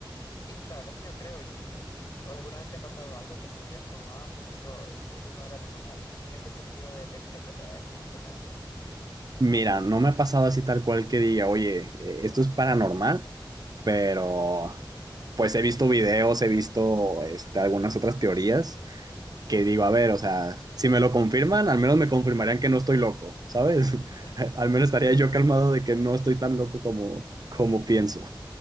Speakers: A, on the left; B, on the right.
A: y sí, la verdad es que yo creo, y alguna vez te ha pasado algo que tú digas como, ay, esto, es- esto no era normal, en ese sentido de, de extraterrestres y cosas así.
B: Mira, no me ha pasado así tal cual que diga, oye, eh, esto es paranormal, pero pues he visto videos, he visto este, algunas otras teorías que digo, a ver, o sea, si me lo confirman, al menos me confirmarían que no estoy loco, ¿sabes? <laughs>
A: <laughs> Sí,
B: Al menos estaría yo calmado de que no estoy tan loco como, como pienso.